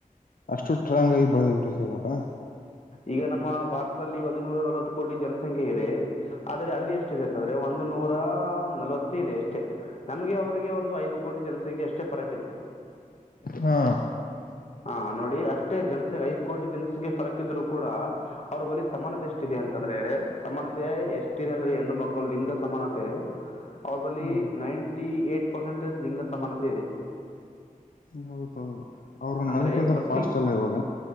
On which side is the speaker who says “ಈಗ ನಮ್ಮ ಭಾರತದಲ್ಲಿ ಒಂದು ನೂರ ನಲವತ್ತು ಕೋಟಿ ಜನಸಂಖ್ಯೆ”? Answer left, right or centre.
Left